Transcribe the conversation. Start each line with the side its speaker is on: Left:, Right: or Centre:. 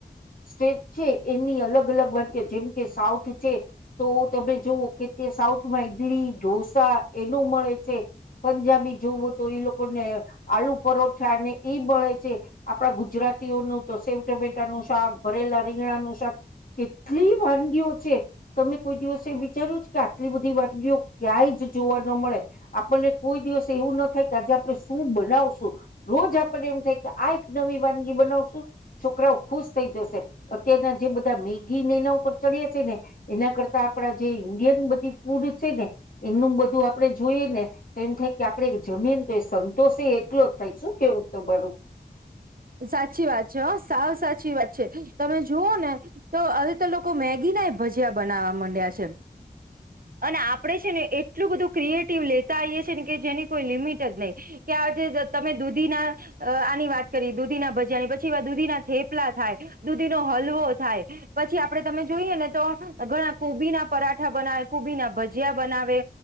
Left: સ્ટેટ છે એની અલગ અલગ વાનગી જેમ કે સાઉથ છે તો તમે જોવઓ કે તે સાઉથમાં ઈદડી ઢોસા એનું મળે છે પંજાબી જોવો તો એ લોકો આલુ પરોઠા ને એ મળે છે આપણા ગુજરાતીઓનું તો સેવ ટમેટા નું શાક ભરેલા રીંગણા નું શાક કેટલી વાનગીઓ છે તમે કોઈ દિવસે વિચાર્યું કે આટલી બધી વાનગીઓ ક્યાંય જ જોવા ન મળે આપણને કોઈ દિવસ એવું ના થાય કે આજ આપ શું બનાવશું રોજ આપને એમ થાય કે આ એક નવી વાનગી બનાવશું છોકરાઓ ખુશ થઈ જશે અત્યારના જે બધા મેગીને એના ઉપર ચડ્યા છે ને એના કરતા આપડા જે ઈન્ડિયન બધી ફૂડ છે ને એનું બધું આપણે જોઈએ ને તો એમ થાય કે આપણે જમીન તો એ સંતોષ એ એટલો જ થાય શું કેવું તો બરું
Right: સાચી વાત છે હ સાવ સાચી વાત છે તમે જુઓ ને તો હવે તો લોકો મેગી ના એ ભજીયા બનાવવા માંડ્યા છે. અને આપડણે છે ને એટલું બધું ક્રિએટિવ લેતા આવીઈએ છે ને કે જેની કોઈ લિમિટ જ નહી કે આજે તમે દૂધી ના આની વાત કરીએ દૂધીના ભજયાની પછી દૂધી ના થેપલા થાય દૂધીનો હલવો થાય પછી આપડે તમે જોઈએ ને તો ઘણા કોબી ના પરાઠા બનાવે કુભી ના ભજીયા બનાવે